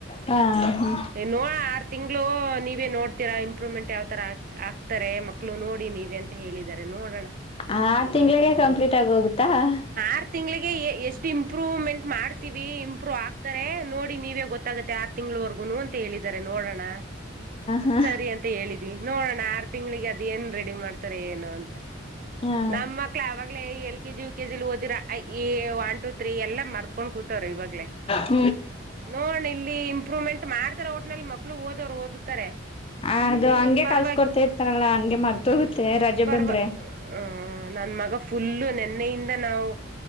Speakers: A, on the left (about 30°); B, on the right (about 45°).
A: ಹಾ ಹಾ
B: ನೋ ಆರ್ ತಿಂಗಗಳು ನೀವೇ ನೋಡ್ತೀರಾ ಇಂಪ್ರೂವ್ಮೆಂಟ್ ಯಾವತರ ಆಗ್ತಾರೆ ಮಕ್ಕಳು ನೋಡಿ ನೀವ ಅಂತ ಹೇಳಿದಿದ್ದಾರೆ ನೋಡೋಣ
A: ಆರು ತಿಂಗಳಿಗೆ ಕಂಪ್ಲೀಟ್ ಆಗಿ ಹೋಗುತ್ತಾ ಹ
B: ಆರ್ ತಿಂಗಳಿಗೆ ಎಷ್ಟೆ ಇಂಪ್ರೂವಮೆಟ್ ಮಾಡ್ತೀವಿ ಇಂಪ್ರೂವ್ ಆಗ್ತ ನೋಡಿ ನೀವೇ ಗೊತ್ತಾಗತ್ತೆ ಆರು ತಿಂಗ್ಗಳವರ್ಗೂನು ಅಂತ ಹೇಳಿದಿದ್ದಾರೆ ನೋಡೋಣ
A: ಹಾ
B: ಸರಿ ಅಂತ ಹೇಳಿದ್ವಿ ನೋಡೋಣ ಆರ್ ತಿಂಗ್ಳಿಗೆ ಅದ ಏನ್ ರೆಡಿ ಮಾಡ್ತಾರ ಏನು ಅಂತ
A: ಹಾ
B: ನಮ ಮಕ್ಳ ಅವಾಗ್ಲೇ ಎಲ್ ಕೆಜಿ ಯು ಕೆಜಿಲಿ ಓದಿರ ಒನ್ ಟು ತ್ರೀ ಎಲ್ಲಾ ಮರ್ತ್ಕೊಂಡ್ ಕೂತಾರ ಇವಾಗ್ಲೇ
A: <unintelligible>
B: ನೋಡ್ ಇಲ್ಲಿ ಇಂಪ್ರೂವ್ಮೆಂಟ್ ಮಾಡ್ತಾರ ಒಟ್ನಲ್ಲಿ ಮಕ್ಳು ಓದೋರು ಓದುತ್ತಾರೆ
A: ಹ ಅದು ಹಂಗೆ
B: ಪರವಾಗಿ
A: ಕಲ್ಸಕೊಡ್ತಾ ಇರ್ತಾರಲ್ಲಾ ಹಂಗೆ ಮರ್ದ ಹೋಗುತ್ತೆ ರಜೆ
B: ಪರ್ವ
A: ಬಂದ್ರೆ
B: ಆ ನನ್ ಮಗ ಫುಲ್ಲು ನೆನ್ನೆಯಿಂದ ನಾವು